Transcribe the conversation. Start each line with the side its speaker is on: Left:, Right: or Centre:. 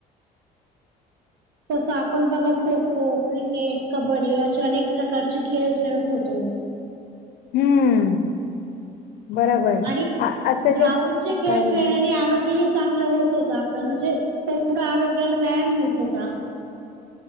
Right: तसं आपण बघा खो खो क्रिकेट कबड्डी असे अनेक प्रकारचे खेळ खेळत होतो
Left: हम्म बरोबर
Right: आणि
Left: आजकालचे
Right: ग्राउंडचे खेळ
Left: काय बोलत
Right: खेळल्याने आरोग्य चांगलं होत होत आपलं म्हणजे तेथोडं आरोग्याला व्यायाम होत होता